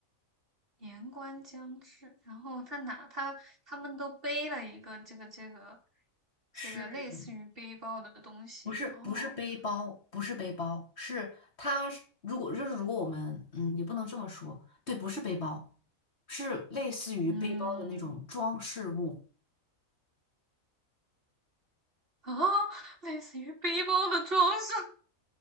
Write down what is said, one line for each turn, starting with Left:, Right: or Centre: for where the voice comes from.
Right: 年关将至，然后他拿他他们都背了一个这个这个这个类似于背包的东西，
Left: 是不是不是背包，
Right: 然后
Left: 不是背包，是它是如果就是如果我们嗯也不能这么说，对，不是背包，是类似于背包的那种装饰物。
Right: 嗯啊，类似于背包的装饰，